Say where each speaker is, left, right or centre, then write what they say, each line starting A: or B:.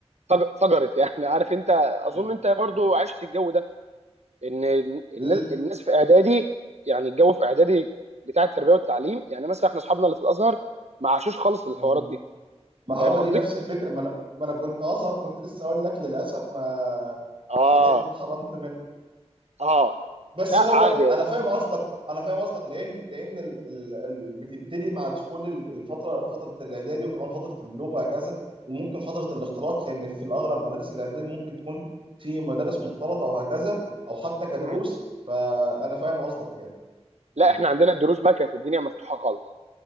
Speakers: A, on the right; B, on the right.
A: فج- فجرت يعني <laughs> عارف انت
B: مم.
A: اظن انت برضو
B: مم.
A: عشت الجو ده ان الن-
B: ل-
A: الناس في اعدادي يعني الجو في اعدادي بتاع التربيه والتعليم يعني مثلا احنا اصحابنا اللي في الازهر ما عاشوش خالص الحوارات
B: مم.
A: دي
B: ما هو
A: فاهم
B: دي
A: قصدي؟
B: نفس الفكره ما انا ما انا كنت اصلا فكنت لسه اقول لك للاسف ما
A: اه
B: الحاجات دي اتحرمت
A: اه
B: بس
A: لا
B: هو
A: عادي
B: انا فاهم قصدك انا فاهم قصدك لان لان ال... ال... ال... بتبتدي مع دخول ال- الفتره فتره الاعدادي وكمان فتره البلوغ وهكذا وممكن فتره الاختلاط لان في الاغلب مدارس الاعدادي ممكن تكون في مدارس مختلطه او هكذا او حتى كدروس
A: مم.
B: فانا فاهم قصدك يعني مم.
A: لا احنا عندنا الدروس بقى كانت الدنيا مفتوحه خالص